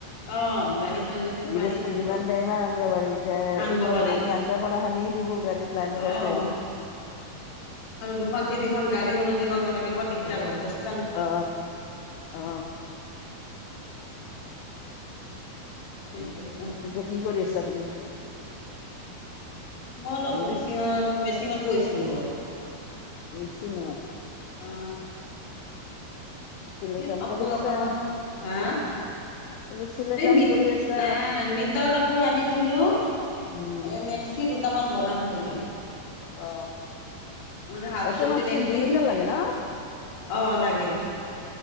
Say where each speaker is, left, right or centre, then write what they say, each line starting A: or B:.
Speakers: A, on the left (about 65°); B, on the left (about 85°).
A: অ গাড়ী লৈ গ'লে
B: গিৰষ্টই
A: পাৰিল আনিব
B: যিমান দেয় সিমান আইনবা পাৰি এতিয়া
A: আনিব
B: ওজন
A: পাৰিল
B: আমি আইনবা পাৰাখিনি দিব।
A: অ
B: <inaudible>
A: আৰু দুখন তিনিখন গাড়ী সলনি কৰিব লাগে বৰ দিগদাৰ হয় ব
B: অ অ
A: কি কৈছা
B: এতিয়া কি কৰি আছা তুমি?
A: মই অলপ
B: হেল্ল'
A: মেচিঙত মেচিঙত বৈছিলো।
B: মেচিনত
A: অ
B: চিলাই
A: এই
B: কাম
A: কাপোৰ
B: কৰি আছা
A: অকমান হা
B: বোলো চিলাই কাম
A: এই মিট
B: কৰি আছা
A: নাই মিটাৰ কাপোৰ আনিছিলো
B: উম
A: এই মেক্সি দুটামান বনাম বুলি
B: অ
A: মানে হাফ
B: এটা
A: চুটি
B: মেক্সিত
A: মেক্সি
B: দুই মিটাৰ লাগে ন।
A: অ লাগে